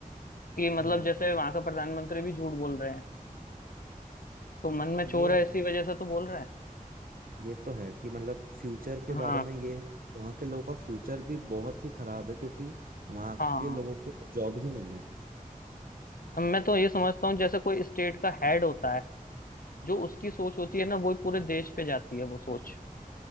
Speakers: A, on the left; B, on the right.
A: कि मतलब
B: हम्म
A: जैसे वहां का प्रधानमंत्री भी झूठ बोल रहे हैं तो मन में
B: ये
A: चोर है इसी वजह से तो बोल रहे हैं
B: ये तो है कि मतलब फ्यूचर के
A: हाँ
B: बारे में ये है वहाँ के लोगों का फ्यूचर भी बहुत ही खराब है क्योंकि वहाँ
A: हाँ
B: के लोगों के जॉब ही नहीं है
A: अब मैं तो ये समझता हूँ जैसे कोई स्टेट का हेड होता है जो उसकी सोच होती है ना वो पूरे देश पे जाती है वो सोच